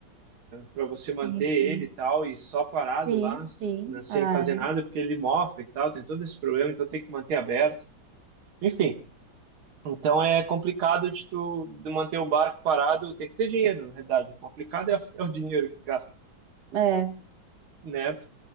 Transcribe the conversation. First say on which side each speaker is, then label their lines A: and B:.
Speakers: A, on the right (about 85°); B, on the right (about 55°).
A: para você
B: Sim,
A: manter ele
B: sim,
A: e tal, e só parado
B: sim.
A: lá,
B: sim.
A: né, sem
B: Ah,
A: fazer nada, porque ele mofa e tal, tem todo esse problema, então tem que manter aberto. Enfim, então é complicado de tu de manter o barco parado, tem que ter dinheiro, na verdade. O complicado é, é o dinheiro que gasta,
B: é,
A: né?